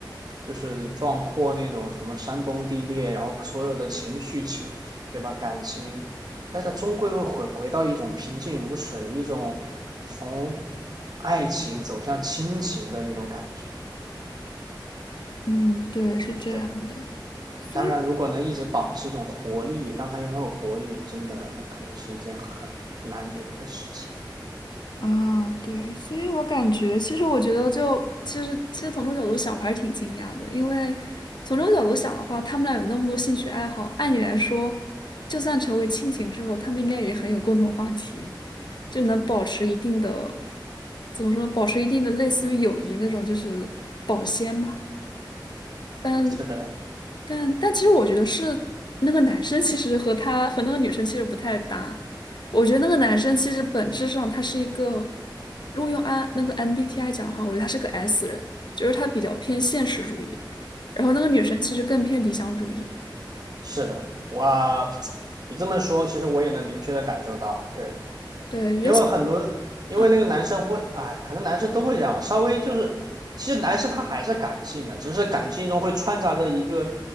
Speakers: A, on the right; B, on the left.
A: 就是壮阔那种什么山崩地裂，然后所有的情绪情对吧感情，但是他终归会回回到一种平静如水，一种从爱情走向亲情的那种感觉。
B: 嗯，对，是这样的。
A: 对，
B: 所以。
A: 当然如果能一直保持一种活力，让他也很有活力，真的那可能是一件很难得的事情。
B: 啊，对，所以我感觉，其实我觉得就，其实其实从这个角度想，我还是挺惊讶的，因为从这个角度想的话，他们俩有那么多兴趣爱好，按理来说，就算成为亲情之后，他们应该也很有共同话题，就能保持一定的，怎么说呢，保持一定的类似于友谊那种，就是保鲜吧。但。
A: 是的。
B: 但但其实我觉得是那个男生其实和他和那个女生其实不太搭。我觉得那个男生其实本质上他是一个，如果用 I 那个 MBTI 讲的话，我觉得他是个 S 人，就是他比较偏现实主义，然后那个女生其实更偏理想主义。
A: 是的，我你这么说，其实我也能明确的感受到，对，
B: 对，尤其
A: 因为很多，因为那个男生会，
B: 啊，
A: 哎，可能男生都会这样吧稍微就是，其实男生他还是感性的，只是感性中会穿插着一个